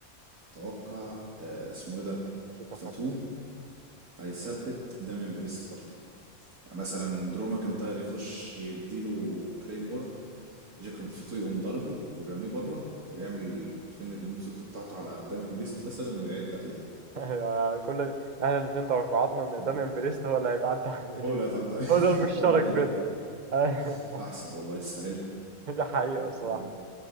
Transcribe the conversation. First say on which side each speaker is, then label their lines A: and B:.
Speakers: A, on the right (about 80°); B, on the right (about 35°).
A: اتوقع آه، اسمه ايه ده
B: جيكاب
A: فاتو
B: فاتو
A: هيثبت دامين بريست برضه يعني مثلا درو ماكنتاير يخش يديله كليمورا جاكوب فاتو يقوم ضربه ويرميه بره ويعمل فين المونسولت بتاعته على دامين بريست مثلا ويعد عليه
B: أيوة، كل احنا الاتنين توقعاتنا ان
A: مم.
B: داميان بريست هو اللي هيتعدى على الايد
A: هو لا يتعدى عليه.
B: هو ده المشترك
A: <laughs> والله
B: بينا
A: يا ريت
B: أيوة،
A: احسن والله يستاهلها
B: <laughs> ده حقيقة الصراحة
A: آه.